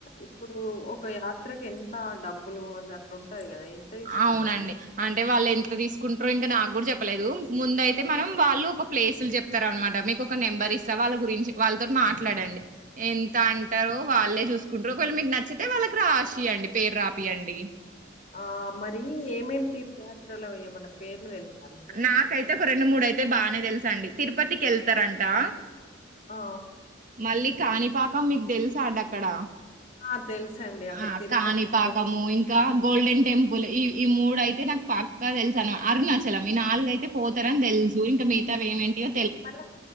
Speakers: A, on the left; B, on the right.
A: ఇప్పుడు ఒక యాత్రకు ఎంత డబ్బులు అని అట్లా ఉంటది కదా ఎంత తీసుకుంటారండి
B: అవునండి అంటే వాళ్ళు ఎంత తీసుకుంటారో ఇంకా నాకు కూడా చెప్పలేదు ముందయితే మనం వాళ్ళు ఒక ప్లేసులు చెప్తార అనమాట మీకు ఒక నెంబర్ ఇస్తా వాళ్ళ గురించి వాళ్ళతో మాట్లాడండి ఎంత అంటారో వాళ్ళే చూసుకుంటారు ఒకవేళ మీకు నచ్చితే వాళ్ళకి రాసియండి పేరు రాపియండి
A: ఆ మరి ఏమేం తీర్చారు పాత్రలో ఏమన్నా పేర్లు తెలుస్తానా నీకు
B: నాకైతే ఒక రెండు మూడు అయితే బానే తెలుస అండి తిరుపతికి వెళ్తారంటా
A: ఆ
B: మళ్ళీ కానీపాక క మీకు తెలుసా అండి అక్కడ
A: ఆ తెలుసండి అక్కడ
B: ఆ
A: తిరుపతి
B: కాణిపాకము
A: దగ్గర
B: ఇంకా గోల్డెన్ టెంపుల్ ఇవి ఈ మూడు అయితే నాకు పక్కా తెలుసు అను అరుణాచలం మీ నాలుగయితే పోతార అని తెలు చూడింకా మిగతా ఏంటియో
A: మళ్ళ